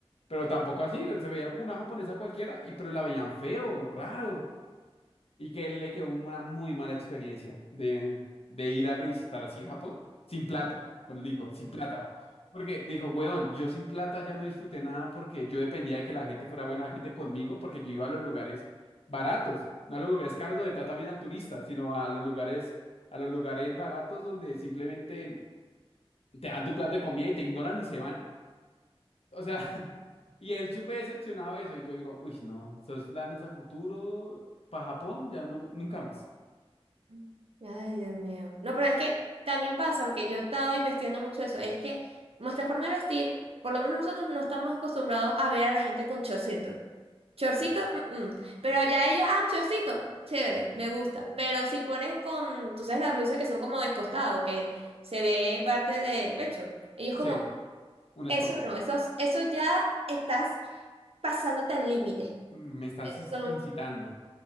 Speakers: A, on the left; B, on the right.
A: Pero tampoco así, se veía como una japonesa cualquiera, y pero la veían feo, raro. Y que le quedó una muy mala experiencia de, de ir a visitar así Japón sin plata. Pero él dijo, sin plata. Porque dijo, weón, yo sin plata ya no disfruté nada porque yo dependía de que la gente fuera buena gente conmigo porque yo iba a los lugares baratos, no a los lugares caros donde tratan bien al turista, sino a los lugares, a los lugares baratos donde simplemente te dan tu plato de comida y te ignoran y se van. O sea, <laughs> y él súper decepcionado de eso. Y yo digo, uy, no, esos planes a futuro para Japón ya no, nunca más.
B: <laughs> Ay, Dios mío. No, pero es que también pasa, porque yo estaba investigando mucho eso, es que nuestra forma de vestir, por lo menos nosotros no estamos acostumbrados a ver a la gente con chorcito. Chorcito,
A: Sí.
B: mm, mm. Pero ya ellos, ah, chorcito, chévere, me gusta. Pero si pones con, tú sabes, las blusas que son como descostado, que se ve parte del pecho, ellos como,
A: Sí, un escote.
B: eso no, eso, eso ya estás pasándote al límite.
A: Mm, Me están
B: Entonces,
A: cis- incitando.